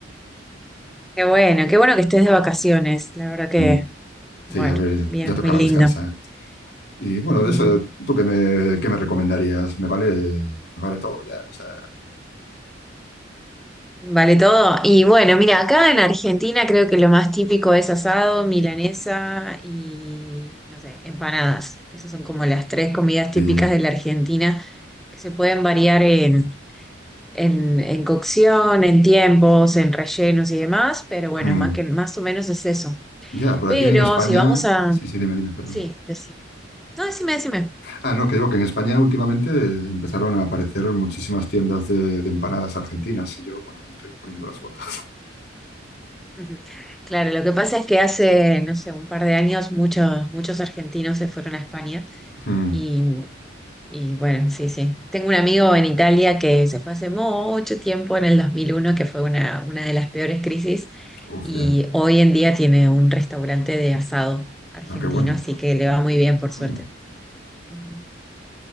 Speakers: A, in the centre; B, on the left (about 60°).
A: Qué bueno, qué bueno que estés de vacaciones, la verdad que,
B: Mm, Sí,
A: bueno,
B: a ver,
A: bien,
B: ya tocaba
A: muy lindo.
B: descansar. Y bueno,
A: <laughs> Ujú.
B: de eso, ¿tú qué me, qué me recomendarías? Me vale, me vale todo ya, o sea,
A: Vale todo. Y bueno, mira, acá en Argentina creo que lo más típico es asado, milanesa y, no sé, empanadas. Esas son como las tres comidas típicas
B: y,
A: de la Argentina que se pueden variar en, en, en cocción, en tiempos, en rellenos y demás, pero bueno,
B: mm,
A: más que, más o menos es eso.
B: ya, por
A: Pero
B: aquí en España,
A: si vamos a...
B: sí, sí, dime, dime, perdón.
A: Sí, No, decime, decime.
B: Ah, no, que digo que en España últimamente eh, empezaron a aparecer muchísimas tiendas de, de empanadas argentinas y yo, bueno, me estoy poniendo las botas.
A: Ujú. Claro, lo que pasa es que hace, no sé, un par de años muchos, muchos argentinos se fueron a España
B: <laughs> Mm,
A: y, y bueno, sí, sí. Tengo un amigo en Italia que se fue hace mucho tiempo, en el dos mil uno que fue una, una de las peores crisis
B: Uf,
A: y
B: ya.
A: hoy en día tiene un restaurante de asado argentino,
B: Ah, qué bueno.
A: así que le va muy bien, por suerte.
B: Mm,
A: Ujú.